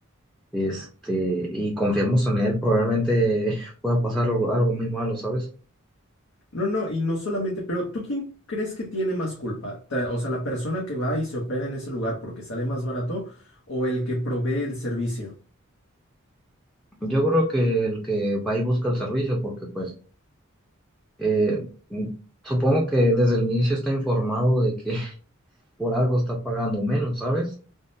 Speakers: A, in the centre; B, on the left.
A: Este, y confiamos en él, probablemente <laughs> pueda pasar algo, algo muy malo, ¿sabes?
B: No, no, y no solamente, pero ¿tú quién crees que tiene más culpa? Ta- O sea, la persona que va y se opera en ese lugar porque sale más barato o el que provee el servicio.
A: Yo creo que el que va y busca el servicio, porque pues eh, mm, supongo que desde el inicio está informado de que <laughs> por algo está pagando menos, ¿sabes?